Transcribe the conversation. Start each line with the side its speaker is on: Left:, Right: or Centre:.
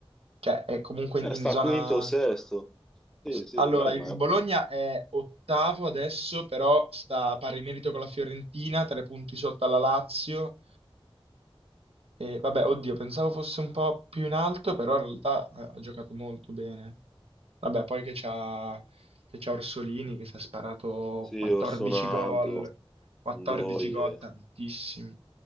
Right: Cioè è comunque
Centre: Eh,
Right: in in
Centre: sta
Right: zona
Centre: quinto o sesto. Sì,
Right: S-
Centre: sì,
Right: Allora,
Centre: vabbè,
Right: il
Centre: ma
Right: Bologna è ottavo adesso, però sta a pari merito con la Fiorentina, tre punti sotto alla Lazio. E, vabbè, oddio, pensavo fosse un po' più in alto, però in realtà eh, ha giocato molto bene. Vabbè, poi che c'ha, che c'ha Orsolini che si è sparato
Centre: sì,
Right: 14
Centre: Orson Aldo,
Right: gol, 14
Centre: Ndoye,
Right: gol, tantissimi.